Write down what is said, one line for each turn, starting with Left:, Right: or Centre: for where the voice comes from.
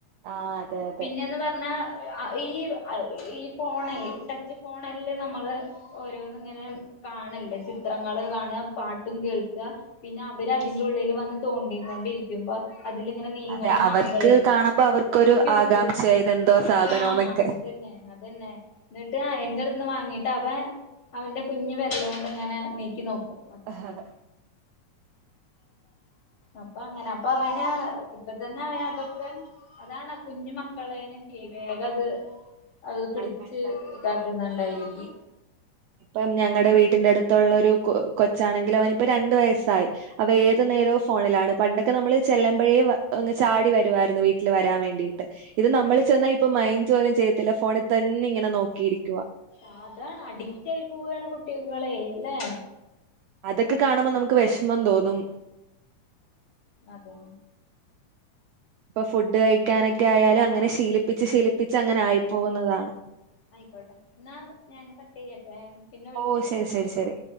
Right: ആഹ് അതെ അതെ
Left: പിന്നെ എന്ന് പറഞ്ഞാ ഈ ഈ ഫോണെ ടച്ച് ഫോണല്ല നമ്മള് ഓരോന്നും ഇങ്ങനെ കാണല്ലേ ചിത്രങ്ങള് കാണ പാട്ടും കേൾക്ക പിന്നെ അവര് അതിന്റെ ഉള്ളില് വന്ന് തോണ്ടീ കൊണ്ടിരിക്കും പ്പോ അതിലിങ്ങനെ നീങ്ങണെ
Right: അതെ
Left: കാണുമ്പോളേ
Right: അവർക്ക് കാണുമ്പോ അവർക്കൊരു
Left: ഒരു ക്യൂരിയോസിറ്റി
Right: ആകാംക്ഷയാ ഇതെന്തോ സാധനോന്നൊക്കെ.
Left: ആഹ അതന്നെ അതന്നെ എന്നിട്ട് എന്റെടുത്ത്ന്ന് വാങ്ങിട്ട് അവ അവന്റെ കുഞ്ഞ് വെരല് കൊണ്ട് ഇങ്ങനെ നീക്കി നോക്കും
Right: അതെ
Left: അപ്പ അങ്ങനെ അപ്പ അവനാ ഇപ്പ തന്നെ അവന് അതൊക്കെ അതാണ് കുഞ്ഞു മക്കളേനൊക്കെ വേഗം അത് അത് പിടിച്ച്
Right: പെട്ടെന്ന്
Left: ഇതാ ക്കുന്നുണ്ടായിരിക്കും
Right: ഇപ്പം ഞങ്ങടെ വീട്ടിന്റെ അടുത്തുള്ള ഒരു കൊ കൊച്ചാണെങ്കിൽ അവനിപ്പ രണ്ടു വയസ്സായി അവ ഏതു നേരവും ഫോണിലാണ് പണ്ടെ നമ്മള് ചെല്ലുമ്പഴേ ചാടി വരുമായിരുന്നു വീട്ടിൽ വരാൻ വേണ്ടിയിട്ട് ഇത് നമ്മൾ ചെന്ന ഇപ്പൊ മൈൻഡ് പോലും ചെയ്യത്തില്ല ഫോണിൽ തന്നെ ഇങ്ങനെ നോക്കിയിരിക്കുവ
Left: ആ അതാണ് അഡിക്റ്റയി പോവാണ് കുട്ടികളെ അല്ലേ
Right: അതൊക്കെ കാണുമ്പ നമുക്ക് വെഷമം തോന്നും
Left: അതെ
Right: ഇപ്പൊ ഫുഡ് കഴിക്കാനൊക്കെ ആയാലും അങ്ങനെ ശീലിപ്പിച്ച് ശീലിപ്പിച്ച് അങ്ങനെ ആയി പോകുന്നതാണ്
Left: ന്നാ ആയിക്കോട്ടെ എന്നാ ഞാന് കട്ട് ചെയ്യട്ടെ പിന്നെ വിളിക്കാം
Right: ഓ ശരി ശരി ശരി